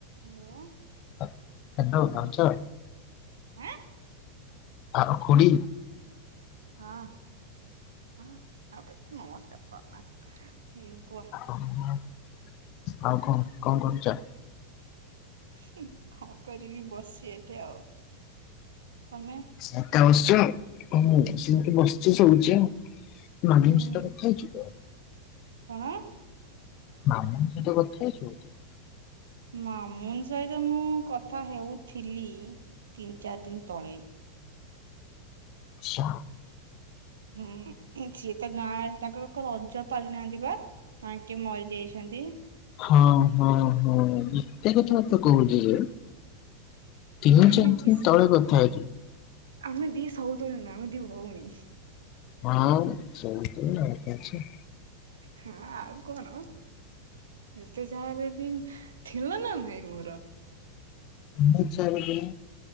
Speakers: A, on the right; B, on the left.
A: Hello.
B: ହା hello ଭାଉଚ।
A: ହାଁ।
B: ଆଉ ଖୁଡିି।
A: ହଁ। ହଁ ଆଉ ଏତେ ନମସ୍କାର କରନା ହୁଁ କୁହ।
B: ଓ ଆଉ କଣ କଣ କରୁଚ?
A: ହୁଁ କଁ କରିବି ବସି ଏଠି ଆଉ ତମେ?
B: ଏକା ବସିଚ ହୁଁ ସେମିତି ବସିଚି ଶୋଉଚି ଆଉ। <unintelligible>
A: ହୁଁ
B: ସହିତ କଥା ହେଇଚୁତ।
A: କଣ?
B: ମାମାଙ୍କ ସହିତ କଥା ହେଇଚୁ।
A: ମାମୁନ ସହିତ ମୁଁ କଥା ହେଉଥିଲି। ତିନ ଚାରି ଦିନି ତଳେ।
B: ଛା
A: ହୁଁ ସିଏ ତ ଗାଁ ତାଙ୍କର କ ରଜ ପାଳି ନାହାନ୍ତିପା। ତାଙ୍କେ ମରି ଯାଇଛନ୍ତି।
B: ହଁ ହଁ ହଁ ଏତେ କଥା ତ କହୁଥିଲେ। <unintelligible>
A: ଆମେ ଦି ସ ଆମେ ଦି ସଉତୁନି ନୁହେଁ ଆମେ ଦି ଭଉଣୀ।
B: ହଁ ସେମିତି ଆଉ କିଛି
A: ହଁ ଆଉ କଣ ଯେତେ ଯାହା ହେଲେବି ଥିଲ ନା ନାହିଁ ମୋର।
B: ଦି ଚାରି ଦିନି